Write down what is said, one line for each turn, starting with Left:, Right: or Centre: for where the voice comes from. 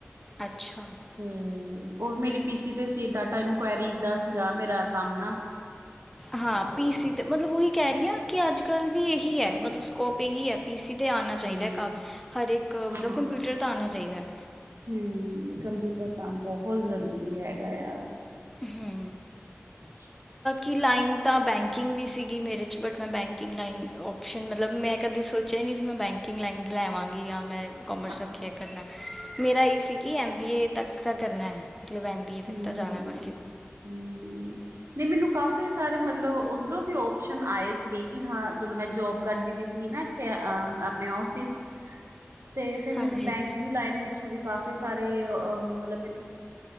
Centre: ਅੱਛਾ
Right: ਤੇ ''ਉਹ ਮੇਰੀ ਪੀਸੀ ਤੇ ਸੀ, ਡਾਟਾ ਇਨਕੁਆਇਰੀ ਦਾ ਸੀਗਾ। ''ਮੇਰਾ ਕੰਮ ਨਾ
Centre: ਹਾਂ
Right: ਤੇ
Centre: ਪੀ ਸੀ ਮਤਲਬ ਉਹੀ ਕਹਿ ਰਹੀ ਹਾਂ। ਕਿ, ਅੱਜ -ਕੱਲ ਵੀ ਇਹੀ ਹੈ। ਮਤਲਬ ਸਕੋਪ ਇਹੀ ਹੈ। ''ਪੀ ਸੀ ਤੇ ਆਨਾ
Right: ਹਮ
Centre: ਚਾਹੀਦਾ ਹੈ ਕੰਮ, 'ਹਰ ਇੱਕ
Right: ਹਾਂ
Centre: ਮਤਲਬ ਕੰਪਿਊਟਰ ਤੇ ਆਣਾ ਚਾਹੀਦਾ ਹੈ
Right: ਹੂੰ, ਕੰਪਿਊਟਰ ਤਾਂ ਬਹੁਤ ਜ਼ਰੂਰੀ ਹੈਗਾ ਆ।
Centre: ਹੂੰ।
Right: <inaudible>
Centre: ਕਿ ਲਾਈਨ ਤਾਂ ਬੈਂਕਿੰਗ ਵੀ ਸੀਗੀ, ਮੇਰੇ'ਚ ਬਟ ''ਮੈਂ ਬੈਂਕਿੰਗ ਲਾਈਨ ਓਪਸ਼ਨ ਮਤਲਬ ''ਮੈਂ ਕਦੇ ਸੋਚਿਆ ਹੀ ਨਹੀਂ ਸੀ, ਮੈਂ ਬੈਂਕਿੰਗ ਲਾਈਨ ਲੈਵਾਂਗੀ ਜਾਂ ਮੈਂ ਕੋਮਰਸ
Right: ਹਾਂ।
Centre: ਰੱਖਿਆ ਕਰਨਾ ''ਮੇਰਾ ਇਹ ਸੀ ਕਿ, ਐਮ ਬੀ ਏ ਤੱਕ ਤ ਕਰਨਾ ਐ। ਮਤਲਬ ਐਮ, ਬੀਏ
Right: ਹੂੰ।
Centre: ਤੱਕ ਤਾਂ ਜਾਣਾ ਪ
Right: ਹੂੰ, ਨਹੀਂ ਮੈਨੂੰ ਕਾਫੀ ਕਾਫੀ ਸਾਰੇ ਮਤਲਬ ਉੱਧਰੋਂ ਵੀ ਔਪਸ਼ਨ ਆਏ ਸੀਗੇ। ਕਿ, ਹਾਂ। ਜਦੋਂ ਮੈਂ ਜੋਬ ਕਰਦੀ ਵੀ ਸੀਗੀ ਨਾ, 'ਇਥੇ ਆਪਣੇ ਔਫਿਸ ਤੇ ਫਿਰ ਮੈਨੂੰ
Centre: ਹਾਂਜੀ
Right: ਬੈਂਕ ਦੀ ਲਾਈਨ ਵਿੱਚੋਂ ਵੀ ਕਾਫੀ ਸਾਰੇ ਮਤਲਬ ਮੈਨੂੰ